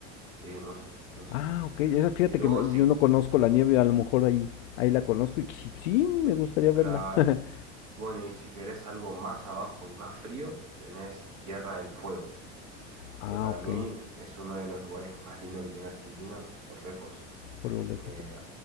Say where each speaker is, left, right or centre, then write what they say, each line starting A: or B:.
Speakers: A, on the right; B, on the left.
A: Sí, mucho, mucho.
B: Ah, ok. esa- fíjate
A: Y luego
B: que me-
A: sí,
B: yo no conozco la nieve, a lo mejor ahí, ahí la conozco y sí, sí me gustaría verla.
A: claro.
B: <laughs>
A: Bueno, y si querés algo más abajo y más frío, tenés Tierra del Fuego,
B: Ah,
A: que para
B: ok.
A: mí es uno de los lugares más lindos que tiene Argentina, por lejos.
B: Por lo lejos.
A: Eh,